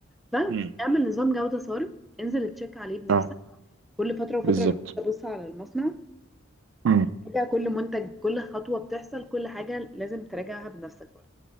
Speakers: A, in the centre; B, on the right.
A: فاعمل
B: مم.
A: نظام جوده صارم انزل تشيك عليه بنفسك
B: اه
A: كل فتره وفتره
B: بالظبط
A: روح تبص على المصنع
B: مم.
A: تراجع كل منتج كل خطوه بتحصل كل حاجه لازم تراجعها بنفسك